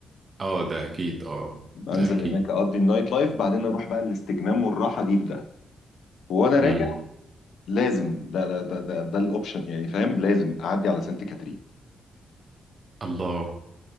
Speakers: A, on the right; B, on the left.
A: اه ده أكيد اه
B: بنزل
A: ده أكيد
B: هناك أقضي النايت لايف بعدين أروح بقى الاستجمام والراحة دي في ده وأنا
A: مم.
B: راجع لازم ده ده ده ده, ده الاوبشن يعني فاهم لازم اعدي على سانت كاترين
A: الله